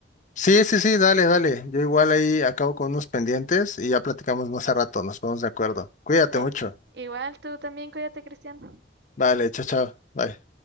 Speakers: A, on the left; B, on the right.
A: Sí, sí, sí, dale, dale. Yo igual ahí acabo con unos pendientes y ya platicamos más a rato, nos ponemos de acuerdo. Cuídate
B: Ve.
A: mucho.
B: Igual tú también, cuídate, Cristian.
A: Vale, chao, chao. Bye.